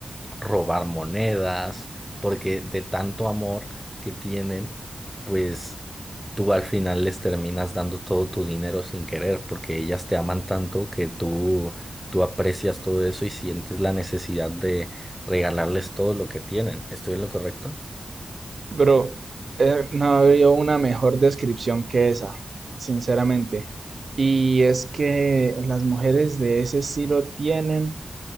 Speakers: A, in the centre; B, on the right.
A: robar monedas, porque de tanto amor que tienen, pues tú al final les terminas dando todo tu dinero sin querer, porque ellas te aman tanto que tú, tú aprecias todo eso y sientes la necesidad de regalarles todo lo que tienen. ¿Estoy en lo correcto?
B: Bro, eh, no había una mejor descripción que esa, sinceramente. Y es que las mujeres de ese estilo tienen